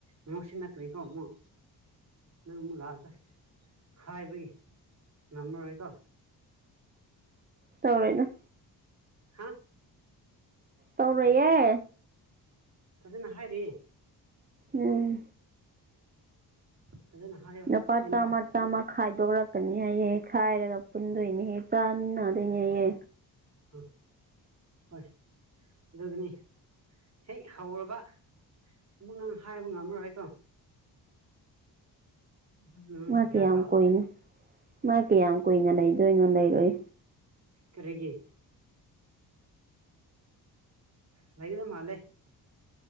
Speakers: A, on the right; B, on the right.
A: ꯉꯥꯎꯁꯤꯟꯅꯀꯅꯤꯀꯣ ꯑꯃꯨꯛ ꯅꯪ ꯑꯃꯨꯛ ꯂꯥꯛꯑꯒ ꯍꯥꯏꯕꯒꯤ ꯉꯝꯃꯔꯣꯏꯀꯣ
B: ꯇꯧꯔꯣꯏꯗ
A: ꯍꯥ
B: ꯇꯧꯔꯣꯏꯌꯦ
A: ꯐꯖꯅ ꯍꯥꯏꯔꯦ
B: ꯎꯝ
A: ꯐꯖꯅ ꯍꯥꯏꯌꯣ
B: ꯅꯨꯄꯥ
A: ꯍꯥꯏꯅ
B: ꯆꯥꯝꯃ ꯆꯥꯝꯃ ꯈꯥꯏꯗꯣꯔꯛꯀꯅꯤ ꯍꯥꯏꯌꯦ ꯈꯥꯏꯔꯒ ꯄꯨꯟꯗꯣꯏꯅꯦꯍꯦ ꯆꯥꯟꯅꯗꯣꯏꯅꯦꯌꯦ
A: ꯑꯥ ꯍꯣꯏ ꯑꯗꯨꯒꯅꯤ ꯍꯦꯛ ꯍꯧꯔꯕ ꯑꯃꯨꯛ ꯅꯪ ꯍꯥꯏꯕ ꯉꯝꯃꯔꯣꯏꯀꯣ ꯑꯗꯨꯁꯨ ꯅꯪꯁꯨ
B: ꯃꯥ
A: ꯒ꯭ꯌꯥꯟ
B: ꯀꯌꯥꯝ
A: ꯇꯥꯎ
B: ꯀꯨꯏꯅ ꯃꯥ ꯀꯌꯥꯝ ꯀꯨꯏꯅ ꯂꯩꯗꯣꯏꯅꯣ ꯂꯩꯔꯣꯏ
A: ꯀꯔꯤꯒꯤ ꯂꯩꯒꯗꯕ ꯃꯥꯜꯂꯦ